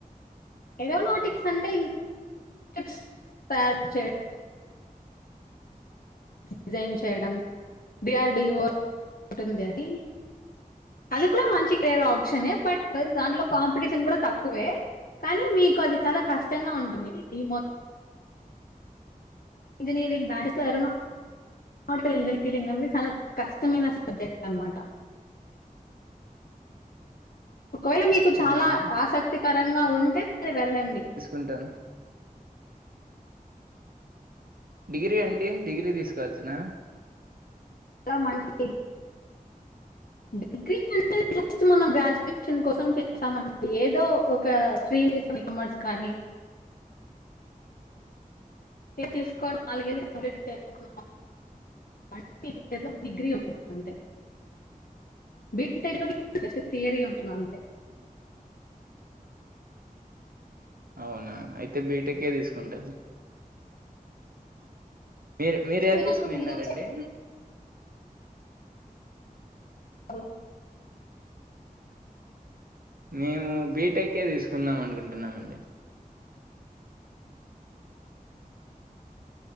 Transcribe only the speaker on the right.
అవునా?
ఉంటాను. డిగ్రీ అండి డిగ్రీ తీసుకొ వచ్చునా.
అవునా అయితే బీటెకే తీసుకుంటాను. మీరు మీరు ఏది
తీసుకునిన్నారండి.
మేము బీటెక్కే తీసుకుందామనుకుంటున్నమండి